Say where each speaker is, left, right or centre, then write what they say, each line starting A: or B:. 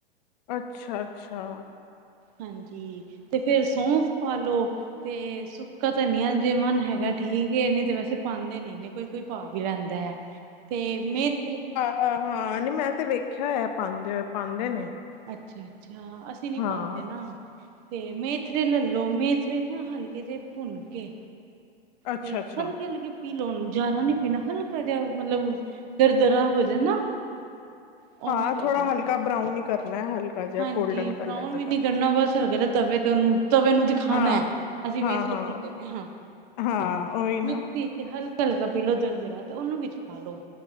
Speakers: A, on the left (about 45°); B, on the right (about 40°).
A: ਅੱਛਾ-ਅੱਛਾ।
B: ਹਾਂਜੀ, ਤੇ ਫੇਰ ਸੌਂਫ ਪਾ ਲੋ। ਤੇ ਸੁੱਕਾ ਧਨੀਆਂ ਜੇ ਮਨ ਹੈਗਾ ਠੀਕ ਏ ਨਹੀਂ ਤੇ ਵੈਸੇ ਪਾਂਦੇ ਨੀ ਗੇ। ਕੋਈ-ਕੋਈ ਪਾ ਵੀ ਲੈਂਦਾ, ਤੇ ਮੇਤਰ
A: ਹਾਂ-ਹਾਂ ਨੀ ਮੈਂ ਤੇ ਵੇਖਿਆ ਹੋਇਆ ਪਾਂਦੇ ਹੋਏ ਪਾਂਦੇ ਨੇ।
B: ਅੱਛਾ-ਅੱਛਾ ਅਸੀਂ ਨੀ
A: ਹਾਂ
B: ਪਾਂਦੇ ਨਾ। ਤੇ ਮੇਥਰੇ ਲੈ ਲਓ ਮੇਥਰੇ ਨਾ ਹਲਕੇ ਜਿਹੇ ਭੁੰਨ ਕੇ
A: ਅੱਛਾ
B: ਤੇ
A: ਅੱਛਾ
B: ਹਲਕੇ-ਹਲਕੇ ਪੀਹ ਲਓ ਉਹਨੂੰ ਜਿਆਦਾ ਨੀ ਪੀਹਣਾ, ਹਲਕਾ ਜਿਹਾ ਮਤਲਬ ਦਰਦਰਾ ਹੋਜੇ ਨਾ, ਓਵੇਂ
A: ਹਾਂ
B: ਕਰਲੋ।
A: ਥੋੜਾ ਹਲਕਾ ਬਰਾਊਨ ਈ ਕਰਨਾ ਹਲਕਾ ਜਿਹਾ
B: ਹਾਂਜੀ
A: ਗੋਲਡਨ ਕਲਰ
B: ਬਰਾਊਨ
A: ਦਾ
B: ਵੀ
A: ਕਰ
B: ਨੀ ਕਰਨਾ ਬਸ ਹਲਕੇ ਜਿਹੇ ਤਵੇ 'ਤੇ ਉਹਨੂੰ ਤਵੇ ਨੂੰ ਦਿਖਾਨੈਂ।
A: ਹਾਂ
B: ਅਸੀਂ
A: ਹਾਂ
B: ਮੇਥਰੇ
A: ਹਾਂ
B: ਭੁੰਨਦੇ ਪਏ ਹਾਂ।
A: ਹਾਂ ਓਹੀ ਨਾ।
B: ਮਿਕਸੀ ਚ ਤੇ ਹਲਕਾ-ਹਲਕਾ ਪੀਹ ਲਓ ਦਰਦਰਾ ਤੇ ਉਹਨੂੰ ਵਿੱਚ ਪਾ ਲਓ,